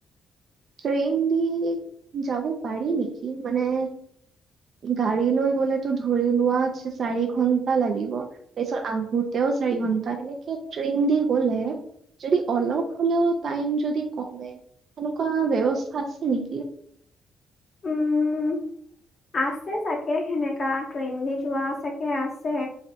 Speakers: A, on the right (about 55°); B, on the left (about 45°).
A: ট্ৰেইন দি যাব পাৰি নেকি মানে গাড়ী লৈ গ'লেতো ধৰি লোৱা চাৰি ঘন্টা লাগিব। তাৰপিছত আহোতেও চাৰি ঘণ্টা, এনেকে ট্ৰেইন দি গ'লে যদি অলপ হ'লেও টাইম যদি কমে। এনেকুৱা ব্যৱস্থা আছে নেকি?
B: উম আছে চাগে, সেনেকা ট্ৰেইন দি যোৱা চাগে আছে।